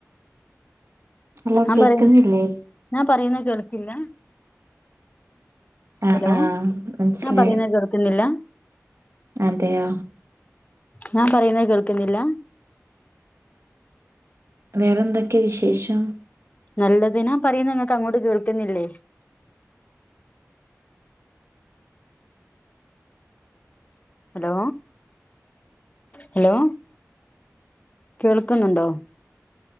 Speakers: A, on the right (about 55°); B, on the left (about 30°).
A: ഹലോ
B: ഞാൻ
A: കേക്കുന്നില്ലേ?
B: പറയുന്ന ഞാൻ പറയുന്ന കേൾക്കില്ല
A: ആഹ്
B: ഹലോ
A: ആഹ് മനസ്സിലായി
B: ഞാൻ പറയുന്നത് കേർക്കുന്നില്ല
A: അതെയോ
B: ഞാൻ പറയുന്നത് കേൾക്കുന്നില്ല
A: വേറെന്തൊക്കെ വിശേഷം
B: നല്ലതിനാ പറയുന്നു നിങ്ങക്ക് അങ്ങോട്ട് കേൾക്കുന്നില്ലേ ഹലോ ഹലോ കേൾക്കുന്നുണ്ടോ